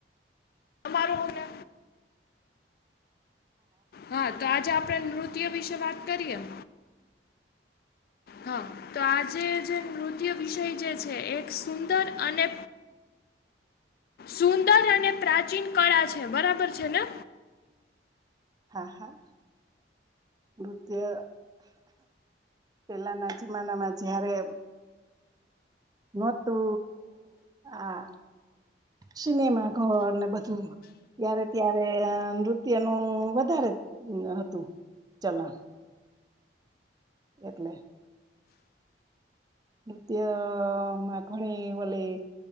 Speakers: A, on the left; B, on the right.
A: તમારોને હા તો આજે આપણે નૃત્ય વિશે વાત કરીએ એમ હા તો આજે જે નૃત્ય વિષય જે છે એક સુંદર અને સુંદર અને પ્રાચીન કળા છે બરાબર છે ને
B: હા હા નૃત્ય પેલાના જમાનામાં જયારે ન તુ આ સિનેમા ઘર ને બધું ત્યારે ત્યારે નૃત્ય નું વધારે હતું ચલાણ એટલે નૃત્યમાં ઘણી વલી